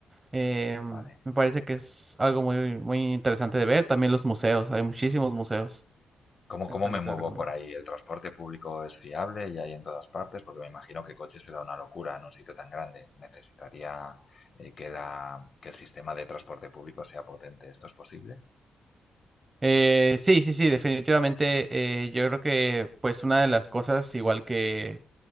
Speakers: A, on the right (about 20°); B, on the left (about 40°).
A: Eh,
B: vale.
A: me parece que es algo muy, muy interesante de ver. También los museos, hay muchísimos museos.
B: ¿Cómo,
A: Eso
B: cómo
A: también
B: me
A: te
B: muevo
A: lo recomiendo.
B: por ahí? ¿El transporte público es fiable y hay en todas partes? Porque me imagino que coche será una locura en un sitio tan grande. Necesitaría eh, que la, que el sistema de transporte público sea potente. ¿Esto es posible?
A: Eh, sí, sí, sí, definitivamente. eh, yo creo que pues una de las cosas, igual que